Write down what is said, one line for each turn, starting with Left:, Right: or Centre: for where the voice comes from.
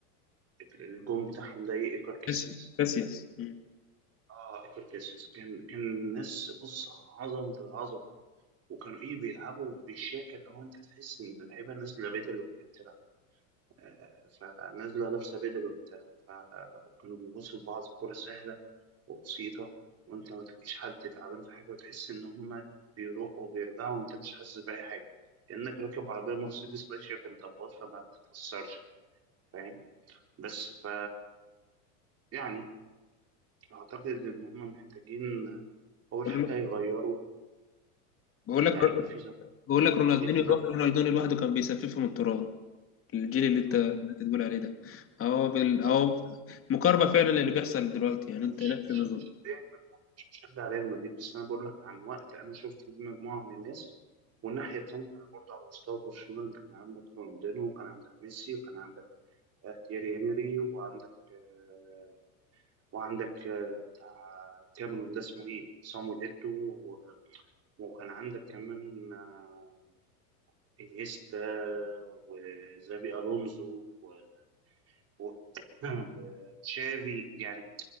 Right: الجون بتاعهم ده ايه ايكار كاسياس
Left: بس كاسياس مم.
Right: اه ايكار كاسياس كان كان ناس بص عظمة العظمة وكانوا ايه بيلعبوا بالشياكة اللي هو انت تحس ان اللعيبة نازلة بدل وهي بتلعب آه فنازلة لابسة بدل وهي بتلعب ف- آه، وكانوا بيبصوا لبعض الكرة سهلة وبسيطة وأنت ما تلاقيش حد تعبان في حاجة وتحس إن هما بيروحوا وبيرجعوا وأنت مش حاسس بأي حاجة كأنك راكب عربية مرسيدس ماشية في انطباط فما بتتأثرش فاهم بس ف يعني أعتقد إن هما محتاجين أول
Left: بقول
Right: حاجة
Left: لك
Right: يغيروا
Left: بقول
Right: اللعيبة
Left: لك
Right: في صفقات
Left: بقول لك رونالدينيو
Right: جديدة
Left: رونالدينيو لوحده كان بيسففهم التراب الجيل اللي انت
Right: آه
Left: اللي
Right: طبعا
Left: انت بتقول عليه ده اهو بال... اهو
Right: طبعا
Left: مقاربه فعلا اللي بيحصل دلوقتي يعني
Right: أنا
Left: انت
Right: مش
Left: نفس
Right: مش
Left: النظام
Right: مش مش مشجع ريال مدريد بس أنا بقول لك عن وقت أنا شفت فيه مجموعة من الناس والناحية التانية برضه على مستوى برشلونة أنت كان عندك رونالدينو وكان عندك ميسي وكان عندك آه، تيري هنري، وعندك آه، وعندك آه، بتاع كاميرون ده اسمه ايه صامويل ايتو و- وكان عندك كمان آه، انيستا وزابي الونزو و- و- <clears throat> وتشافي يعني